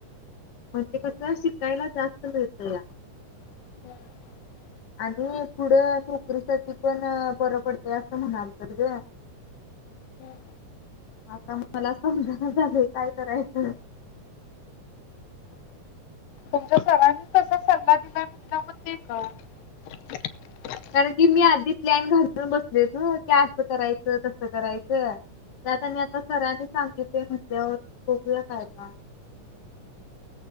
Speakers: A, on the left (about 40°); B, on the left (about 80°).
A: म्हणजे क स शिकायला जास्त मिळतया.
B: हम्म
A: आणि पुढं नोकरीसाठी पण बरं पडते असं म्हणालतत ग
B: हम्म
A: आता मला समजना झालंय काय करायचं
B: तुमच्या सरांनी तसा सल्ला दिलाय म्हटल्यावर मग ते कर
A: कारण की मी आधी प्लॅन घालून बसलोय ना की असं करायचं तसं करायचं त्यात आणि आता सरांनी सांगित म्हटल्यावर बघुया काय का